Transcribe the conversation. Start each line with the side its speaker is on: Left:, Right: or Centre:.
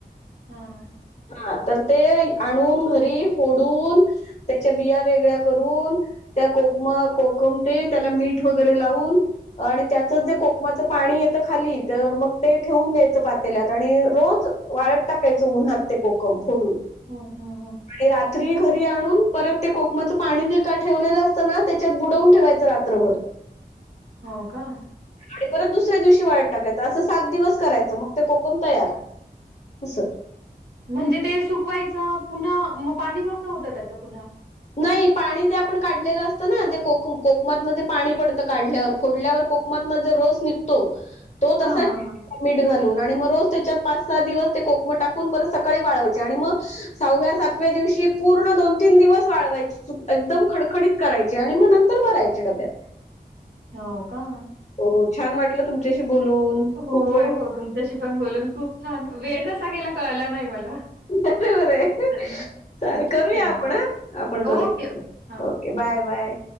Right: ह -ह,
Left: हा तर ते आणून घरी फोडून त्याच्या बिया वेगळ्या करून त्या कोकम कोकम ते त्याला मीठ वगैरे लावून आणि त्याचंच जे कोकमाचं पाणी येतं खाली तर मग ते ठेवून द्यायचं पातेलात आणि रोज वाळत टाकायचं उन्हात ते कोकम फोडून.
Right: हो, हा, हा.
Left: आणि रात्री घरी आणून परत ते कोकमाचं पाणी जे का ठेवलेलं असतं ना त्याच्यात बुडवून ठेवायचं रात्रभर.
Right: हो, का.
Left: आणि परत दुसऱ्या दिवशी वायात टाकायचं असं सात दिवस करायचं मग ते कोकम तयार. अस.
Right: म्हणजे ते सुकवायचं पुन्हा मग पाणी कसं होतं त्याचं पुन्हा
Left: नाही पाणी जे आपण काढलेलं असतं ना जे कोक कोकमातन जे पाणी पडतं काढल्यावर फोडल्यावर कोक लकमात जर रोस निघतो तो
Right: हां,
Left: तसा
Right: हां, हां.
Left: मीठ घालून आणि मग रोज त्याच्यात पाच सहा दिवस ते कोकम टाकून परत सकाळी वाळवायचे आणि मग सवव्या सातव्या दिवशी पूर्ण दोन तीन दिवस वाळवायची चक एकदम खडखडीत करायची आणि मग नंतर भरायचे डब्यात.
Right: हो, का?
Left: हो छान वाटलं तुमच्याशी बोलून.
Right: हो
Left: खूप वेळ
Right: हो तुमच्याशी पण बोलून खूप छान वेळ कसा गेला कळला नाही मला.
Left: बरोबर आहे
Right: चला,
Left: चाले करूया
Right: चला.
Left: आपण ह आपण करू.
Right: Okay, okay. हां.
Left: Okay, bye, bye.